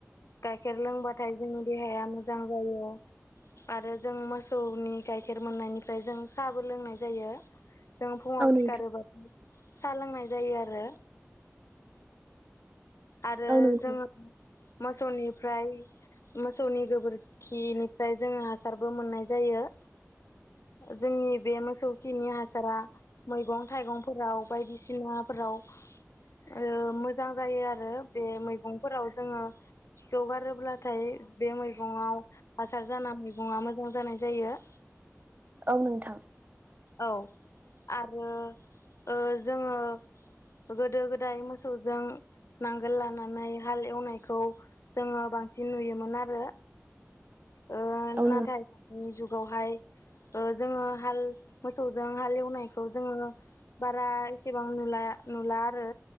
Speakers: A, on the left; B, on the right.
A: गाइखेर लोंबाथाय जोंनि देहाया मोजां जायो। आरो जों मोसौ मोसौनि गाइखेर मोननायनिफ्राय जों साहाबो लोंनाय जायो जों फुङाव
B: औ नोंथां
A: सिखारोबाथाय साहा लोंनाय जायो आरो आरो
B: औ नोंथां
A: जोङो मोसौनिफ्राय मोसौनि गोबोरखिनिफ्राय जोङो हासारबो मोननाय जायो। जोंनि बे मोसौ खिनि हासारा मैगं थाइगंफोराव बायदिसिनाफोराव ओ मोजां जायो आरो आरो बे मैगंफोराव जोङो खिखौगारोब्लाथाय बे मैगङाव हासार जाना मैगङा मोजां जानाय जायो।
B: औ नोंथां
A: औ आरो ओ जोंङो गोदो गोदाय मोसौजों नांगोल लानानै हाल एवनायखौ जोङो बांसिन नुयोमोन आरो ओ
B: औ
A: नाथाय
B: नों
A: दानि जुगावहाय ओ जोःङो हाल मोसौजों हाल एवनायखौ जोंङो बारा एसेबां नुला नुला आरो